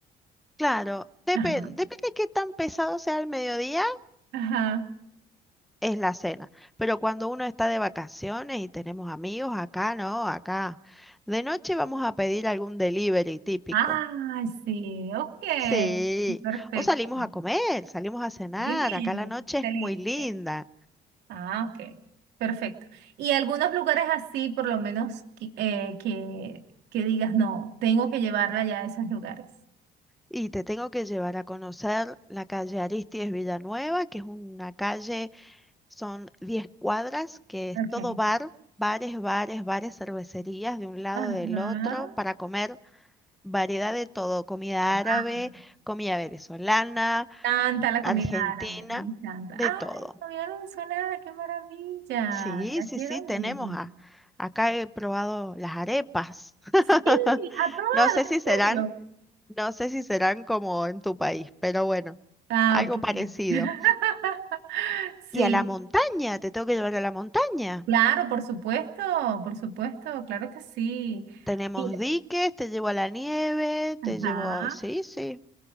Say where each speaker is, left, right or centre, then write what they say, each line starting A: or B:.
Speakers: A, in the centre; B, on the right.
A: Claro, depen-
B: Ajá.
A: depende de qué tan pesado sea el mediodía,
B: Ajá.
A: es la cena. Pero cuando uno está de vacaciones y tenemos amigos, acá no, acá. De noche vamos a pedir algún delivery típico.
B: Ah, sí, ok,
A: Sí,
B: perfecto.
A: o salimos a comer, salimos a cenar.
B: Muy bien,
A: Acá la noche
B: excelente.
A: es muy linda.
B: Ah, ok. Perfecto. Y algunos lugares así, por lo menos, que, eh, que, que digas, no, tengo que llevarla ya a esos lugares.
A: Y te tengo que llevar a conocer la calle Aristides Villanueva, que es una calle, son 10 cuadras, que es
B: Ok.
A: todo bar, bares, bares, bares, cervecerías de un lado
B: Ajá.
A: del otro para comer variedad de todo, comida
B: Guau.
A: árabe, comida venezolana,
B: Canta la
A: argentina,
B: comida árabe, me encanta.
A: de
B: ¡Ay,
A: todo.
B: la comida venezolana, qué maravilla!
A: Sí,
B: Ya
A: sí,
B: quiero
A: sí, tenemos
B: ir.
A: a- acá he probado las arepas. <laughs>
B: Sí, ¿has probado?
A: No sé si
B: ¿En
A: serán,
B: serio?
A: no sé si serán como en tu país, pero bueno,
B: Ah,
A: algo
B: ok.
A: parecido.
B: <laughs> Sí,
A: Y a la montaña, te tengo que llevar a la montaña.
B: claro, por supuesto, por supuesto, claro que sí.
A: Tenemos
B: Mira,
A: diques, te llevo a la nieve,
B: ajá.
A: te llevo, sí, sí.